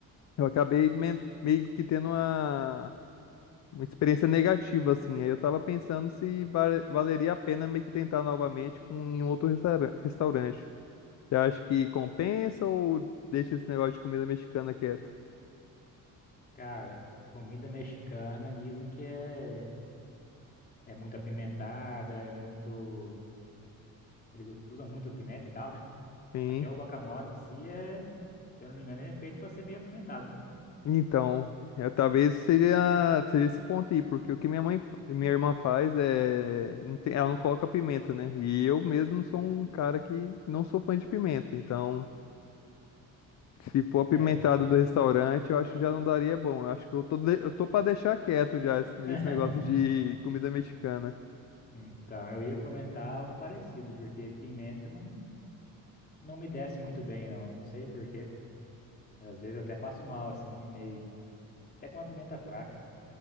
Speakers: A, on the left; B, on the left.
A: eu acabei me- meio que tendo uma uma experiência negativa, assim. Aí eu tava pensando se va- valeria a pena meio que tentar novamente com, em outro restauran- restaurante. Você acha que compensa ou deixa esse negócio de comida mexicana quieto?
B: Cara, comida mexicana dizem que é, é muito apimentada, é muito. Eles usam muito pimenta e tal, né?
A: Sim.
B: Até o guacamole em si é, se eu não me engano, ele é feito pra ser meio apimentado, não?
A: Então, é, talvez seja, seja esse ponto aí, porque o que minha mãe, fa- minha irmã faz é, não tem- ela não coloca pimenta, né? E eu mesmo sou um cara que não sou fã de pimenta, então Se for apimentado
B: É.
A: do restaurante, eu acho que já não daria bom. Eu acho que eu tô, de- eu tô pra deixar quieto já esse, esse
B: <laughs>
A: negócio de comida mexicana.
B: Então, eu ia comentar algo parecido, porque pimenta não, não me desce muito bem, não. Eu Não sei por quê. Às vezes eu até passo mal, assim, meio. Até com uma pimenta fraca.